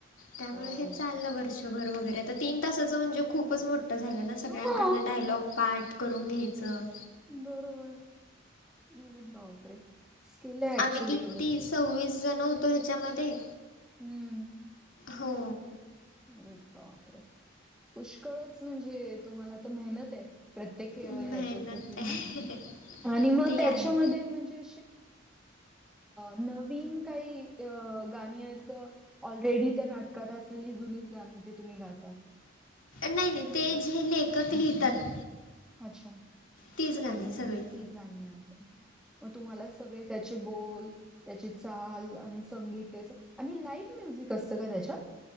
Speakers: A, on the left; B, in the centre.
A: त्यामुळे
B: ओ.
A: हे चाललं वर्षभर वगैरे तर तीन ताचं म्हणजे खूपच मोठ -- झालं ना. सगळ्यांकडनं
B: हां,
A: डायलॉग पार्ट करून घ्यायचं.
B: बरोबर. अरे बापरे. स्किल आहे
A: आम्ही
B: ॲक्चुअली
A: किती
B: एवढं.
A: सव्वीस जण होतो ह्याच्यामध्ये.
B: हम्म
A: हो
B: अरे -अरे बापरे. पुष्कळच म्हणजे तुम्हाला तर मेहनत आहे. प्रत्येक याच्यासाठी
A: मेहनत आहे
B: ना आणि मग
A: ते
B: त्याच्यामध्ये
A: आहे
B: म्हणजे. न काही गाणी. आहेत ऑलरेडी त्या नाटकात असलेली जुनीच गाणी ते तुम्ही गातता.
A: नाही नाही ते जे लेखक लिहितात.
B: अच्छा
A: तीच गाणी
B: तस
A: सगळी
B: तीच गाणी आहेत. मग तुम्हाला सगळे त्याचे बोल. त्याची चाल आणि संगीत आणि लाईव्ह म्युझिक असतं का त्याच्यात.